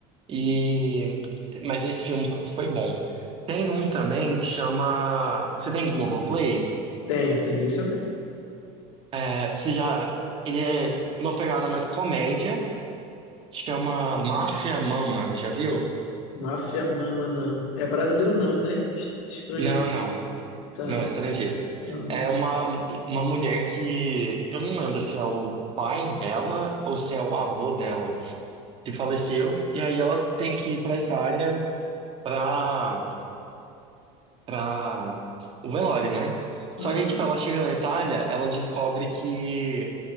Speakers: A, on the right (about 35°); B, on the left (about 85°).
A: E mas esse filme foi bom. Tem um também que chama, você tem Globoplay?
B: tenho, tenho, esse eu tenho.
A: É, você já, ele é uma pegada mais comédia, chama Máfia Mama, já viu?
B: Máfia Mama, não. É brasileiro, não, né? Es- Estrangeiro.
A: Não, não.
B: Tá.
A: Não, estrangeiro.
B: Não, não.
A: É
B: vi.
A: uma, uma mulher que eu não lembro se é o pai dela ou se é o avô dela que faleceu, e aí ela tem que ir pra Itália pra, pra o velório, né? Só
B: Ah,
A: que aí, tipo, ela chega na Itália, ela descobre que,